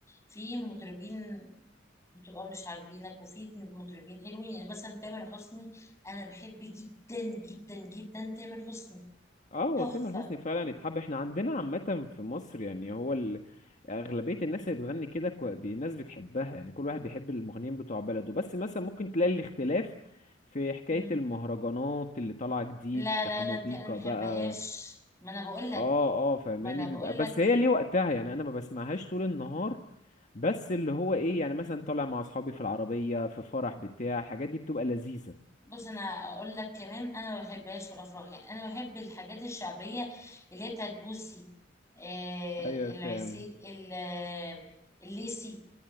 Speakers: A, on the left; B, on the left.
A: في مطربين بتبقى مش عاجبينك وفي مطربين حلوين يعني مثلا تامر حسني انا بحب جدا جدا جدا تامر حسني
B: اه هو
A: تحفه
B: تامر حسني فعلا يتحب احنا عندنا عامة في مصر يعني هو ال... أغلبية الناس اللي بتغني كده كو- بي- الناس بتحبها يعني كل واحد بيحب المغنيين بتوع بلده بس مثلا ممكن تلاقي الاختلاف في حكاية
A: مم.
B: المهرجانات اللي طالعة جديد
A: لا
B: حمو
A: لا لا
B: بيكا
A: دي انا ما بحبهاش
B: بقى
A: ما انا بقول لك
B: اه اه فاهماني
A: ما انا بقول
B: بيبقى بس
A: لك
B: هي ليه وقتها يعني انا ما بسمعهاش طول النهار بس اللي هو ايه يعني مثلا طالع مع اصحابي في العربية في فرح بتاع الحاجات دي بتبقى لذيذة
A: بص انا اقول لك كمان انا ما بحبهاش في الافراح يعني انا بحب الحاجات الشعبيه اللي هي بتاعت بوسي آه
B: ايوه فاهم
A: العسيل ال- آه، الليسي